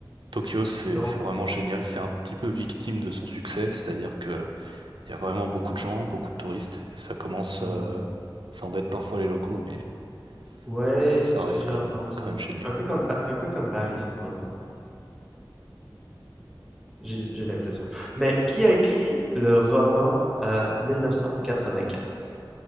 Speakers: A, on the right; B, in the centre.
A: Tokyo, c'est
B: Donc,
A: c'est vraiment génial. C'est un petit peu victime de son succès, c'est-à-dire que il y a vraiment beaucoup de gens, beaucoup de touristes, et ça commence,
B: hmm.
A: euh, ça embête parfois les locaux, mais
B: ouais,
A: ça
B: c'est ce
A: reste
B: que j'ai
A: quand
B: entendu.
A: même quand même génial.
B: Un peu comme, un peu comme Paris, dans le fond. J'ai j'ai l'impression. Mais qui a écrit le roman euh, 1984?